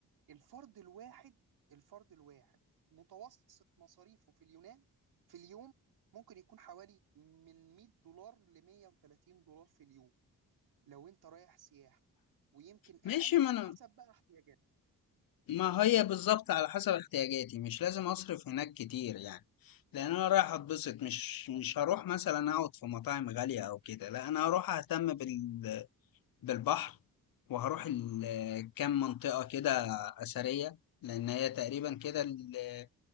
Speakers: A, on the right (about 90°); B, on the left (about 70°).
A: الفرد الواحد الفرد الواحد متوسط مصاريفه في اليونان في اليوم ممكن يكون حوالي من 100 دولار ل 130 دولار في اليوم لو انت رايح سياحه ويمكن اقل
B: ماشي
A: على
B: ما انا
A: حسب بقى احتياجاتك
B: ما هي بالظبط على حسب احتياجاتي مش لازم اصرف هناك كتير يعني لان انا رايح اتبسط مش مش هروح مثلا اقعد في مطاعم غالية او كده لا انا هروح اهتم بال بالبحر وهروح ال- كام منطقة كده اثرية لان هي تقريبا كده ال-